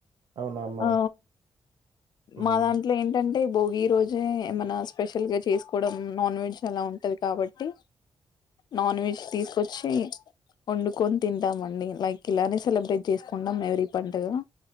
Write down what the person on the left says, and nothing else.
ఆ
మాదాంట్లో ఏంటంట అంటే భోగి రోజే ఏమన్న స్పెషల్ గా చేసుకోవడం నాన్ వెజ్ అలా ఉంటది కాబట్టి నాన్ వెజ్ తీసుకొచ్చి వండుకొని తింటామండి లైక్ ఇలానే సెలబ్రేట్ చేసుకుంటాం ఎవరీ పండగ